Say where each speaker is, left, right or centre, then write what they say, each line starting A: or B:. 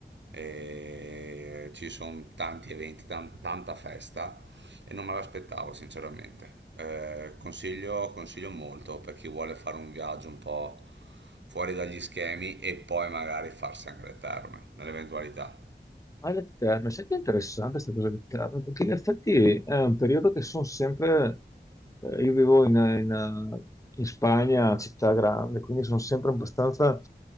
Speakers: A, on the right (about 85°); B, on the left (about 20°).
A: e ci sono tanti eventi, tan- tanta festa e non me l'aspettavo, sinceramente. Eh, consiglio, consiglio molto per chi vuole fare un viaggio un po' fuori dagli schemi e poi magari farsi anche le terme, nell'eventualità.
B: Ah, le terme, senti, è interessante questa cosa delle terme, perché in effetti è un periodo che sono sempre, eh, io vivo in, in, eh, in Spagna, città grande, quindi sono sempre abbastanza